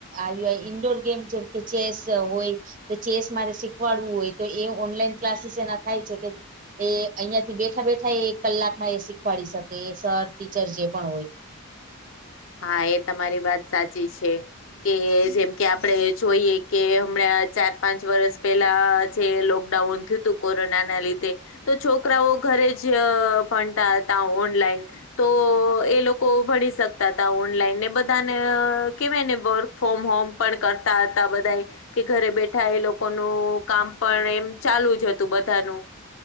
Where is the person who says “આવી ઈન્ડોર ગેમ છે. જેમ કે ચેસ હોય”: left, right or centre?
Right